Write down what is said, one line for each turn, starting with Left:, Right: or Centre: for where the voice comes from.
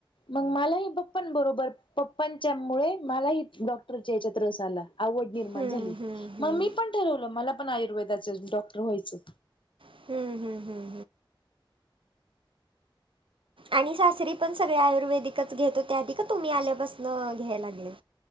Left: मग मलाही पप्पा न बरोबर पप्पांच्या मु ळे मलाही डॉक्टरच्या याच्यात रस आला आवड निर्माण
Right: हं,
Left: झाली
Right: हं, हं.
Left: मग मी पण ठरवलं मला पण आयुर्वेदाच डॉक्टर व्हायचं
Right: हम हम हम. आणि सासरी पण सगळे आयुर्वेदिकच घेतो त्याआधी का तुम्ही आल्यापासून घ्यायला लागले?